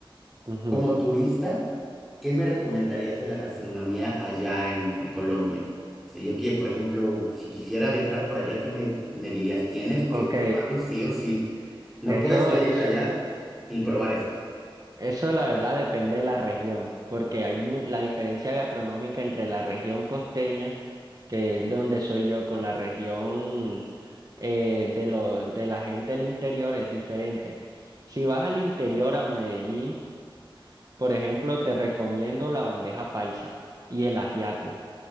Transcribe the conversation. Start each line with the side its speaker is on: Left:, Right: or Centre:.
Right: Ujú,
Centre: Como turista, ¿qué me recomendarías de la gastronomía allá en, en Colombia? Si yo quiero, por ejemplo, si quisiera viajar por allá, ¿qué me, me dirías? Tienes que
Right: Ok,
Centre: probarlo sí o sí. No
Right: eso,
Centre: puedes salir
Right: eso,
Centre: de allá sin probar esto.
Right: eso la verdad depende de la región, porque hay mu- la diferencia gastronómica entre la región costeña, que es de donde soy yo, con la región eh, de, lo, de la gente del interior es diferente. Si vas al interior a Medellín, por ejemplo, te recomiendo la bandeja paisa y el ajiaco. O